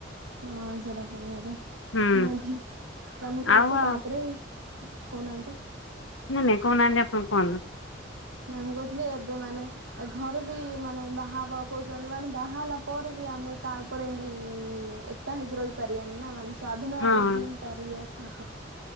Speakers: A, on the right; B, on the left.
A: ହଁ ସେଇଟା ମେନ୍ କଥା
B: ହୁଁ
A: ମୁଁ ବି କାମ କରୁଚି
B: ଆଉ ଆଉ
A: ତାପରେ କହୁନାହାନ୍ତି?
B: ନାଇଁ ନାଇଁ କହୁହାନ୍ତି ଆପଣ କୁହନ୍ତୁ?
A: ନା ମୁଁ କହୁଥିଲି ଏବେ ମାନେ ଏ ଘରେ ବି ମାନେ ବାହାବା କହୁଛନ୍ତି ମାନେ ବାହା ହେଲା ପରେ ବି ଆମେ କାହା ଉପରେ ଏମତି ଏ ତା ହେଇକି ରହିପାରିବାନି ନା ମାନେ ସ୍ଵାଧୀନ
B: ହଁ।
A: ଭାବରେ ଜିଇଁ ପାରିବା ତାପରେ